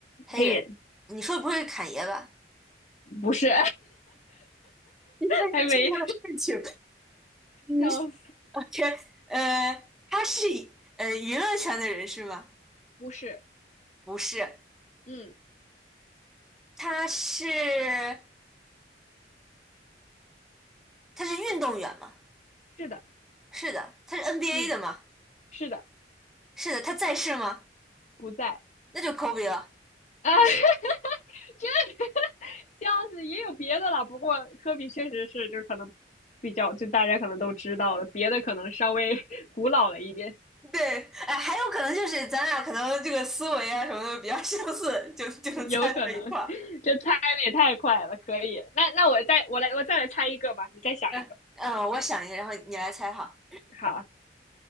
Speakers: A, in the centre; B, on the left.
A: 黑人，
B: 黑人
A: 你说的不会是侃爷吧？
B: 不是，
A: <laughs> 因为要听他的事情，
B: <laughs> 还没
A: 嗯，
B: 笑死，
A: 想 <laughs> 天呃，他是呃娱乐圈的人是吗？
B: 不是，
A: 不是，
B: 嗯，
A: 他是他是运动员吗？
B: 是的，
A: 是的，他是 NBA
B: 嗯，
A: 的吗？
B: 是的，
A: 是的，他在世吗？
B: 不在
A: 那就 Kobe 了。
B: 啊。<laughs> 这 <laughs>，笑死，也有别的了。不过科比确实是，就是可能比较，就大家可能都知道了，别的可能稍微 <laughs> 古老了一点，
A: 对，哎，还有可能就是咱俩可能这个思维啊什么的比较相似，就就能猜到一块儿。
B: 有可能。这猜的也太快了，可以。那那我再我来我再来猜一个吧，你再想一个。
A: 嗯嗯，我想一下，然后你来猜哈。
B: 好，